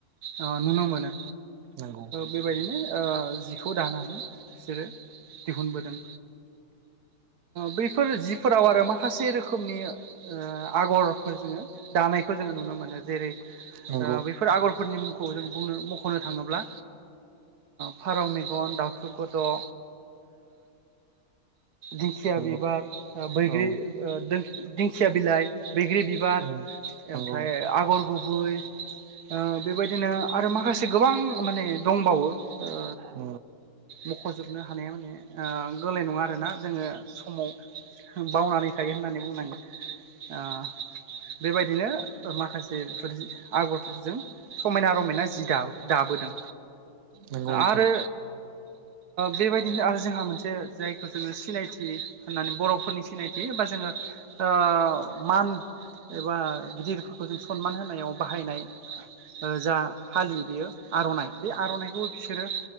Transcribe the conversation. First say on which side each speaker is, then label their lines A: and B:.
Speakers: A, on the right; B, on the right.
A: अ नुनो मोनो
B: नंगौ
A: बेबायदिनो ओ जिखौ दानानै बिसोरो दिहुनबोदों बैफोर जिफोराव आरो माखासे रोखोमनि आगर जोङो दानायखौ जोङो नुनो मोनो जेरै
B: नंगौ
A: ओ बै फोर आगरफोरनि मुंखौ जों बुंनो मख'नो थाङोब्ला फारौ मेगन दाउथु गद' ओ दिंखिया
B: नंगौ
A: बिबार ओ बैग्रि
B: औ
A: दो दिं खिया बिलाइ, बैग्रि बिबार,
B: उम नंगौ
A: ओमफ्राय आगर गुबै ओ बेबायदिनो आरो माखासे गोबां माने दंबावो ओ
B: नंगौ
A: मख'जोबनो हानाया माने गोरलै नङा आरोना जोङो समाव बावनानै थायो होननानै बुंनांगोन। ओ बेबायदिनो माखासे बेफोर आगरफोरजों समायना रमायना जि दा- दाबोदों।
B: नंगौ नोंथां
A: आरो बेबायदिनो आरो जोंहा मोनसे जायखौ जोङो सिनायथि होननानै बर'फोरनि सिनायथि बा जोङो ओ मान एबा गिदिरफोरखौ जों सनमान होनायाव बाहायनाय जा फालि बेयो आर'नाइ बे आर'नाइखौबो बिसोरो